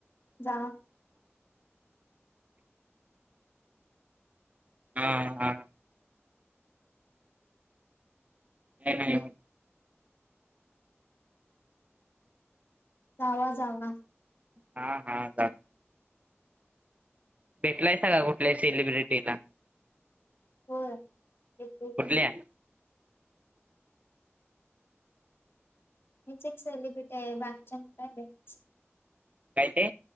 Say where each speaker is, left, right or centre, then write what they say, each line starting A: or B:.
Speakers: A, on the left; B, on the right.
A: जा
B: हा, हा. नाही, नाही.
A: जावा, जावा.
B: हा, हा. चा भेटलायसा का कुठल्या सेलिब्रिटीला?
A: हो. एक एक.
B: कुठल्या
A: मीच एक सेलिब्रिटी आहे बाकीच्या म काय भययचं.
B: काय ते?